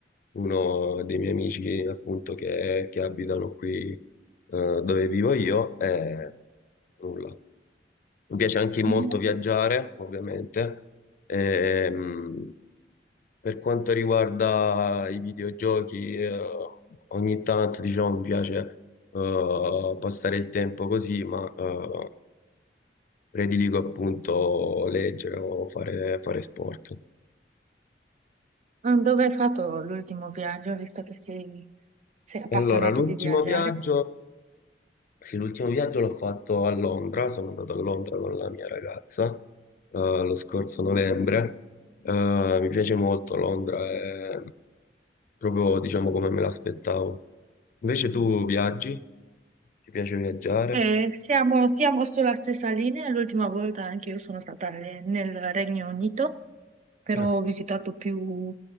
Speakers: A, on the left; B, on the right.
A: uno dei miei amici appunto che, che abitano qui eh, dove vivo io e nulla. Mi piace anche molto
B: Beh,
A: viaggiare, ovviamente. Ehm, per quanto riguarda i videogiochi, eh, ogni tanto diciamo, mi piace eh, passare il tempo così, ma eh, prediligo appunto leggere o fare, fare sport.
B: Ah, Dove hai fatto l'ultimo viaggio, visto che sei, sei appassionato
A: Allora, l'ultimo
B: di viaggiare?
A: viaggio Sì, l'ultimo viaggio l'ho fatto a Londra, sono andato a Londra con la mia ragazza eh, lo scorso novembre. Eh, mi piace molto Londra, è proprio diciamo come me l'aspettavo. Invece tu viaggi? Ti piace viaggiare?
B: Eh, siamo, siamo sulla stessa linea, l'ultima volta anche io sono stata alle- nel Regno Unito, però
A: Ah,
B: ho visitato più,